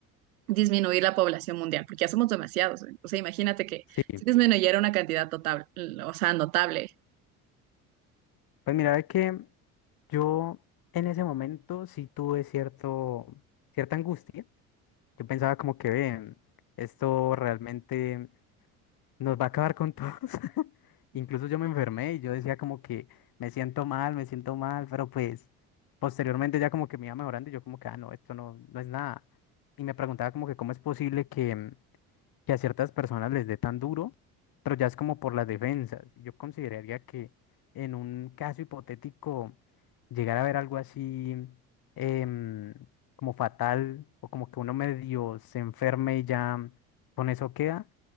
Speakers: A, on the right; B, on the left.
A: disminuir la población mundial, porque ya somos demasiados. ¿eh? O sea, imagínate que
B: Sí,
A: si disminuyera una cantidad total, o sea, notable
B: pues mira, es que yo en ese momento sí tuve cierto, cierta angustia. Yo pensaba como que, "Ven, esto realmente nos va a acabar con todos. <laughs> Incluso yo me enfermé y yo decía como que me siento mal, me siento mal, pero pues posteriormente ya como que me iba mejorando y yo como que, ah, no, esto no, no es nada. Y me preguntaba como que cómo es posible que, que a ciertas personas les dé tan duro, pero ya es como por las defensas. Yo consideraría que en un caso hipotético llegar a ver algo así em, como fatal o como que uno medio se enferme y ya con eso queda.